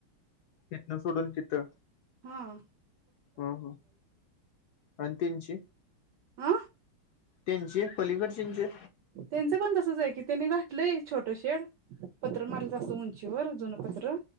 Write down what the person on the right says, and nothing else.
हम्म्म.
आ?
त्यांचं पण तसच आहे की त्यांनी घातलय छोट शेड. पत्र मारलत अस उंचीवर. दोन पत्र